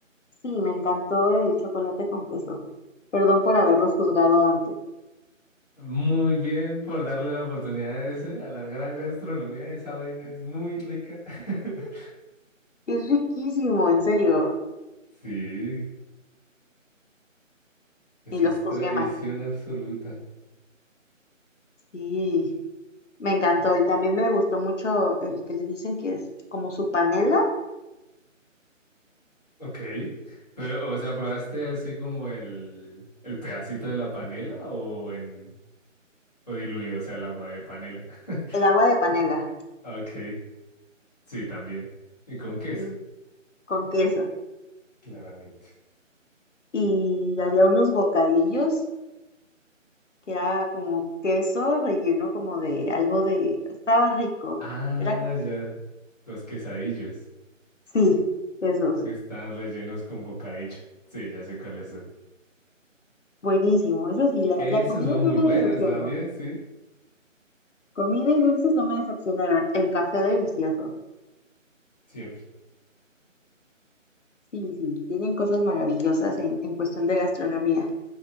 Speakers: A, on the left (about 65°); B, on the left (about 30°).
A: Sí, me encantó el chocolate con queso. Perdón por haberlos juzgado antes.
B: Muy bien por darle la oportunidad a ese, a la gran gastronomía. Esa vaina es muy rica. <laughs>
A: Es riquísimo, en serio.
B: Sí, eso
A: Y los
B: es
A: juzgué
B: tradición
A: mal.
B: absoluta.
A: Sí, me encantó. Y también me gustó mucho el que le dicen que es como su panela,
B: Ok, pero, o sea, ¿probaste así como el, el pedacito de la panela o en, o diluido, o sea, el agua de panela? <laughs>
A: el agua de panela,
B: Ok, sí, también. Y con queso,
A: también con queso.
B: claramente.
A: Y había unos bocadillos que era como queso relleno como de algo de... Estaba rico.
B: Ah,
A: Era...
B: ya. Los quesadillos
A: Sí, esos.
B: que están rellenos con bocadillo. Sí, ya sé cuáles son.
A: Buenísimo. Eso sí, la,
B: Esos
A: la comida
B: son muy
A: no me
B: buenos
A: decepcionó.
B: también, sí,
A: Comida y dulces no me decepcionaron. El café delicioso.
B: siempre.
A: Sí, sí, tienen cosas maravillosas en, en cuestión de gastronomía.